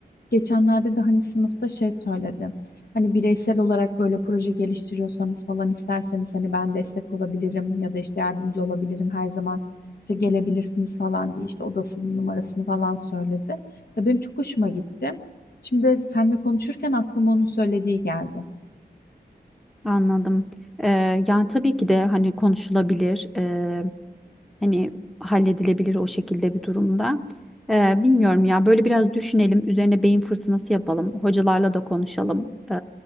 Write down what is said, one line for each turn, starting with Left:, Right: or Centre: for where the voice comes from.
Left: Geçenlerde de hani sınıfta şey söyledi. Hani bireysel olarak böyle proje geliştiriyorsanız falan isterseniz hani ben destek olabilirim ya da işte yardımcı olabilirim her zaman işte gelebilirsiniz falan diye işte odasının numarasını falan söyledi. Ya benim çok hoşuma gitti. Şimdi seninle konuşurken aklıma onun söylediği geldi.
Centre: Anladım. E, yani tabii ki de hani konuşulabilir. e, Hani halledilebilir o şekilde bir durumda. Ee, bilmiyorum ya böyle biraz düşünelim. Üzerine beyin fırtınası yapalım. Hocalarla da konuşalım. Ee,